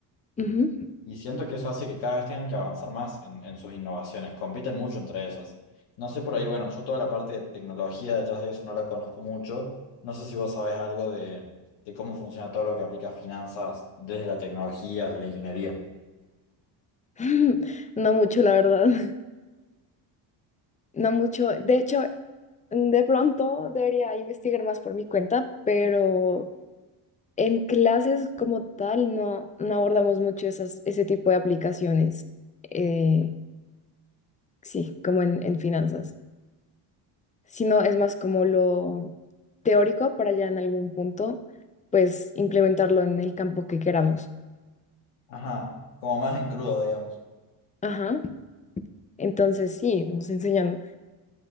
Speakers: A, on the left; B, on the left.
A: hay- Ujú.
B: Y siento que eso hace que cada vez tengan que avanzar más en, en sus innovaciones, compiten mucho entre ellas. No sé por ahí, bueno, yo toda la parte de tecnología detrás de eso no la conozco mucho. No sé si vos sabés algo de, de cómo funciona todo lo que aplica a finanzas desde la tecnología, desde la ingeniería.
A: <laughs> No mucho, la verdad. <laughs> No mucho. De hecho, de pronto debería investigar más por mi cuenta, pero en clases como tal no, no abordamos mucho esas, ese tipo de aplicaciones. Eh, sí, como en, en finanzas. sino es más como lo teórico para ya en algún punto, pues implementarlo en el campo que queramos.
B: Ajá, como más en crudo, digamos.
A: Ajá. Entonces sí, nos enseñan